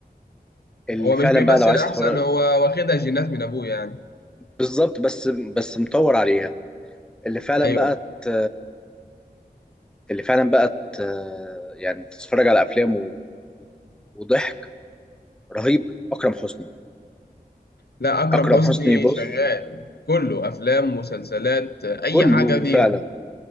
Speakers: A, in the centre; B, on the left.
A: اللي
B: هو مش
A: فعلا
B: بيمثل
A: بقى لو عايز
B: احسن
A: تتفرج
B: هو واخدها جينات من ابوه يعني
A: بالظبط بس بس مطور عليها اللي فعلا
B: ايوه
A: بقى ت... اللي فعلا بقى ت... يعني تتفرج على افلام و... وضحك رهيب اكرم حسني
B: لا اكرم
A: اكرم
B: حسني
A: حسني بص
B: شغال كله افلام مسلسلات اي
A: كله
B: حاجه ليها
A: فعلا